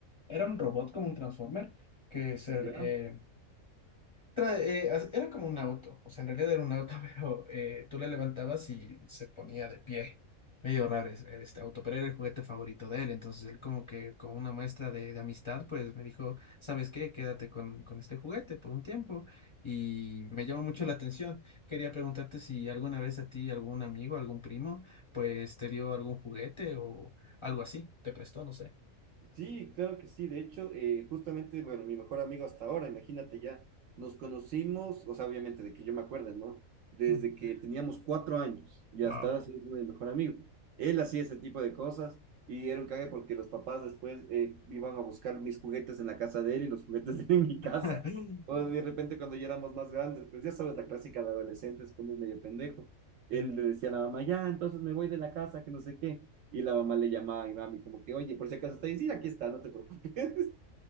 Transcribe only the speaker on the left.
era un robot como un Transformer que se,
eh, Tra- eh, as- era como un auto, o sea, en realidad era un auto, <laughs> pero eh, tú le levantabas y se ponía de pie. Medio raro es- era este auto, pero era el juguete favorito de él. Entonces él como que con una muestra de, de amistad, pues me dijo, ¿sabes qué? Quédate con, con este juguete por un tiempo. Y me llamó mucho la atención. Quería preguntarte si alguna vez a ti, algún amigo, algún primo, pues te dio algún juguete o algo así, te prestó, no sé.
<laughs>
Wow.
<laughs>
Sí.